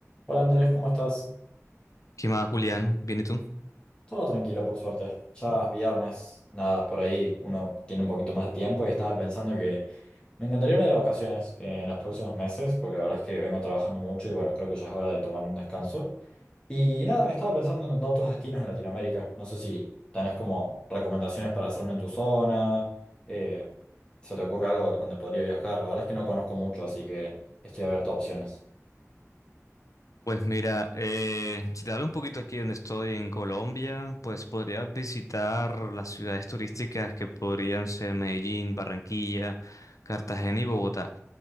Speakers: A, on the left; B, on the left.
A: Hola Andrés, ¿cómo estás?
B: ¿Qué más, Julián? ¿Bien y tú?
A: Todo tranquilo, por suerte. Ya es viernes, nada, por ahí uno tiene un poquito más de tiempo y estaba pensando que me encantaría irme de vacaciones eh, en los próximos meses, porque la verdad es que vengo trabajando mucho y bueno, creo que ya es hora de tomar un descanso. Y nada, estaba pensando en otros destinos en Latinoamérica. No sé si tenés como recomendaciones para hacerme en tu zona, eh, se te ocurre algo donde podría viajar. La verdad es que no conozco mucho, así que estoy abierto a opciones.
B: Pues mira, eh, si te hablo un poquito aquí donde estoy en Colombia, pues podrías visitar las ciudades turísticas que podrían ser Medellín, Barranquilla, Cartagena y Bogotá.